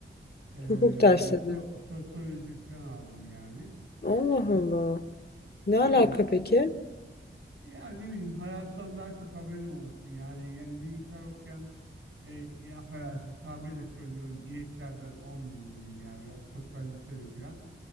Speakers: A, on the right; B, on the left.
A: e,
B: Hukuk dersleri.
A: so- sosyoloji falan aldım yani.
B: Allah Allah. Ne
A: Tabii.
B: alaka peki?
A: Yani ne bileyim hayattan daha çok haberim olsun. Yani yani bilgisayar okuyan e, ya affedersin tabirle söylüyorum ineklerden olmayayım dedim yani biraz sosyalleşelim falan.